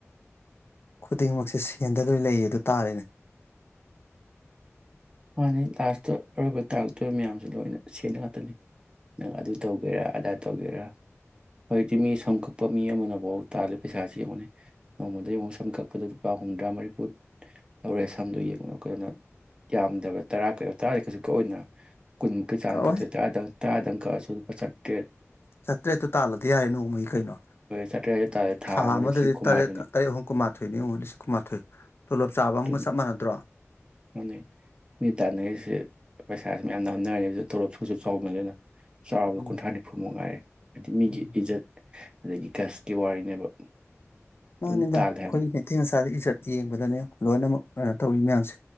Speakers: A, on the left; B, on the right.
A: ꯈꯨꯗꯤꯡꯃꯛꯁꯦ ꯁꯦꯟꯗ ꯂꯣꯏ ꯂꯩꯌꯦꯗꯣ ꯇꯥꯔꯦꯅꯦ
B: ꯃꯥꯅꯤ ꯂꯥꯁꯇ ꯑꯔꯣꯏꯕ ꯇꯥꯔꯛꯇꯣꯔꯤꯕ ꯃꯌꯥꯝꯁꯦ ꯂꯣꯏꯅ ꯁꯦꯟꯗ ꯉꯥꯛꯇꯅꯤ ꯅꯪ ꯑꯗꯨ ꯇꯧꯒꯦꯔꯥ ꯑꯗꯥ ꯇꯧꯒꯦꯔꯥ ꯍꯧꯖꯤꯛꯇꯤ ꯃꯤ ꯁꯝ ꯀꯛꯄ ꯃꯤ ꯑꯃꯅꯐꯥꯎ ꯇꯥꯜꯂꯤ ꯄꯩꯁꯥꯁꯤ ꯌꯦꯡꯉꯨꯅꯤ ꯅꯣꯡꯃꯗ ꯌꯦꯡꯉꯨꯛ ꯁꯝ ꯀꯛꯄꯗ ꯂꯨꯄꯥ ꯍꯨꯝꯗ꯭ꯔꯥ ꯃꯔꯤꯐꯨ ꯂꯧꯔꯦ ꯁꯝꯗꯣ ꯌꯦꯡꯉꯨꯅꯦ ꯀꯅ ꯌꯥꯝꯗꯕ ꯇꯔꯥ ꯀ ꯇꯔꯥꯗꯤ ꯀꯩꯁꯨ ꯀꯛ ꯑꯣꯏꯅ ꯀꯨꯟꯃꯨꯛꯀꯤ ꯆꯥꯡ
A: ꯀꯛꯑꯣꯏ
B: ꯀꯛ ꯇꯔꯥꯗꯪ ꯇꯔꯥꯗꯪ ꯀꯛꯑꯁꯨ ꯂꯨꯄꯥ ꯆꯠꯇ꯭ꯔꯦ
A: ꯆꯥꯇ꯭ꯔꯦꯠꯇꯨ ꯇꯥꯜꯂꯗꯤ ꯌꯥꯔꯦ ꯅꯣꯡꯃꯒꯤ ꯀꯩꯅꯣ
B: ꯍꯣꯏ ꯆꯥꯇ꯭ꯔꯦꯠ ꯍꯥꯏꯖ ꯇꯥꯔꯦ
A: ꯊꯥ
B: ꯑꯃꯗ
A: ꯑꯃꯗꯗꯤ
B: ꯂꯤꯁꯤꯡ ꯀꯨꯟꯃꯥꯊꯣꯏꯅꯤ
A: ꯇꯔꯦꯠ ꯇꯔꯦꯠ ꯑꯍꯨꯝ ꯀꯨꯟꯃꯥꯊꯣꯏꯅꯤ ꯌꯦꯡꯉꯨ ꯂꯤꯁꯤꯡ ꯀꯨꯟꯃꯥꯊꯣꯏ ꯇꯣꯂꯣꯞ ꯆꯥꯕ ꯑꯃꯒ
B: ꯑꯗꯨꯅꯤ
A: ꯆꯞ ꯃꯥꯟꯅꯗ꯭ꯔꯣ
B: ꯃꯥꯅꯦ ꯃꯤ ꯇꯥꯟꯅꯔꯤꯁꯦ ꯄꯩꯁꯥꯁꯤ ꯃꯌꯥꯝ ꯅ ꯍꯥꯞꯅꯔꯦ ꯇꯣꯂꯣꯞꯁꯤꯒꯁꯨ ꯆꯥꯎꯕꯅꯅꯤꯅ ꯆꯥꯎꯕꯗ
A: ꯎꯝ
B: ꯀꯨꯟꯊ꯭ꯔꯥ ꯅꯤꯐꯨꯃꯨꯛ ꯃꯉꯥꯏꯔꯦ ꯍꯥꯏꯗꯤ ꯃꯤꯒꯤ
A: ꯎꯝ
B: ꯏꯖꯠ ꯑꯗꯒꯤ ꯒꯁꯀꯤ ꯋꯥꯔꯤꯅꯦꯕ
A: ꯃꯥꯅꯤꯗꯥ
B: ꯑꯗꯨꯝ ꯇꯥꯜꯂꯦ
A: ꯑꯈꯣꯏ
B: ꯍꯥꯏꯕꯅꯤ
A: ꯀꯩꯊꯦꯜ ꯏꯁꯗ ꯏꯖꯠ ꯌꯦꯡꯕꯗꯅꯦ ꯂꯣꯏꯅꯃꯛ ꯀꯩꯅꯣ ꯇꯧꯋꯤ ꯃꯌꯥꯝꯁꯦ